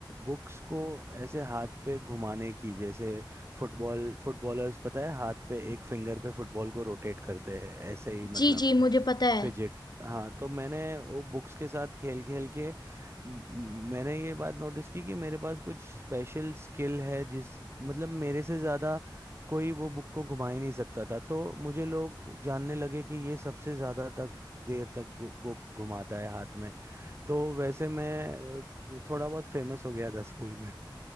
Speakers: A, on the right; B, on the left.
A: बुक्स को ऐसे हाथ पे घुमाने की जैसे फुटबॉल फुटबॉलर्स पता है हाथ पे एक फिंगर पे फुटबॉल को रोटेट करते हैं ऐसे ही
B: जी
A: मतलब
B: जी मुझे पता है
A: फिजिट हाँ तो मैंने वो बुक्स के साथ खेल खेल के म- म- मैंने ये बात नोटिस की कि मेरे पास कुछ स्पेशल स्किल है जिस मतलब मेरे से ज़्यादा कोई वो बुक को घुमा ही नहीं सकता था तो मुझे लोग जानने लगे कि ये सबसे ज़्यादा तक देर तक गु- बुक घुमाता है हाथ में तो वैसे मैं अ, थोड़ा बहुत फेमस हो गया था स्कूल